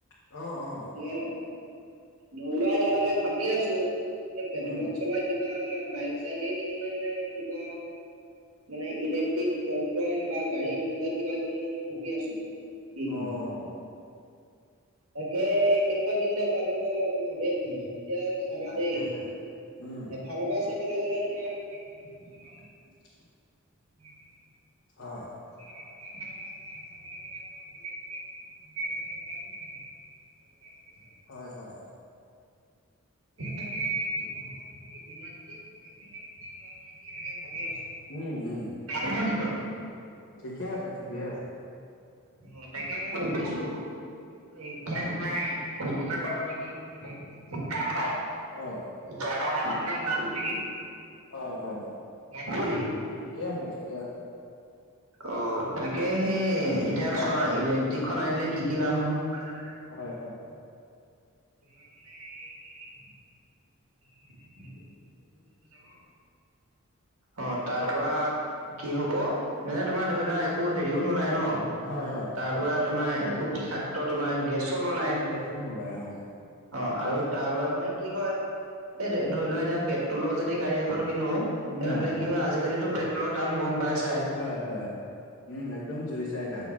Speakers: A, on the left; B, on the right.
A: অ', অ'।
B: মানে ধৰি লোৱা, এতিয়া তাকে ভাবি আছোঁ এই পেট্ৰলত
A: উম,
B: চলাই কিবা বাইক চাইকে কিনো নে, কিবা মানে ইলেক্ট্ৰিক টমটম বা গাড়ী তেনেকুৱাই কিবা কিনো, ভাবি আছোঁ কি কিনো!
A: অ'
B: তাকে, কেনেকুৱা কিনিলে ভাল হ'ব একো ভাবিয়ে পোৱা নাই। এতিয়া চাবা
A: তাকেহে।
B: দেই
A: উম,
B: এফালৰ পৰা চাবলৈ গ'লে তোমাৰ পেট্ৰলত চলা
A: <inaudible>
B: <inaudible>
A: হয়।
B: <inaudible> ইলেক্ট্ৰিক গাড়ী চাড়ী বিলাকো কিনিবলৈ মন গৈছে
A: হয়, হয়। <inaudible>
B: এ তাকে কি কৰো নেকি ইলেক্ট্ৰিক এখন গাড়ী কিনি লোৱা হয় নেকি তাকে ভাবি আছো।
A: উম, উম।
B: বেয়া পাবা নি বাৰু?
A: ঠিকে আছে, ঠিকে আছে।
B: অ', তাকে মই ভাবিছোঁ এতিয়া তুমি <unintelligible> ক'লো নেকি, ইলেক্ট্ৰিক যি কাম
A: হয়
B: <unintelligible> টমটম এখনকে লৈ আনো নেকি?
A: হয়, হয়,
B: বেয়া হ'ব নি?
A: ঠিকে আছে, ঠিকে আছে।
B: অ', তাকে সেই এতিয়া চোৱা ইলেক্ট্ৰিকখন আনিলে কি, কি লাভ হ'ব গম পাইছা নাই!
A: হয়, হয়।
B: তোমাৰ মানে এই হেৰি হ'ব বায়ু <inaudible> অ', তাৰ পৰা কি হ'ব, এ, তোমাৰ ধৰি লোৱা একো হেৰিও নোলায় ন,
A: হয় হয়।
B: তাৰ পৰা তোমাৰ একো বিষাক ক্ত তোমাৰ গেছো নোলায়!
A: গেছন ওলাই অ।
B: অ', আৰু তাৰ পৰা মানে কি হয়, এই ধৰি লোৱা এতিয়া পেট্ৰলৰ যদি গাড়ী এখন কিনো, তেনেহ'লে
A: উম।
B: কি হয়, আজিকালিতো পেট্ৰলৰ দাম গম পাইছাই!
A: হয় হয়, উম, এককদম জুই চাই দাম।